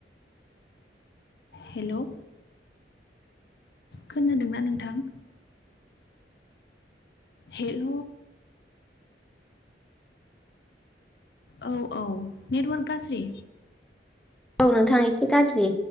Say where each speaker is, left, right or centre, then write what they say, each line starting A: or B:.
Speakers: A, on the left; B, in the centre.
A: हेलौ खोनादोंना नोंथां? हेल औ औ नेटवार्क गाज्रि
B: औ नोंथां एसे गाज्रि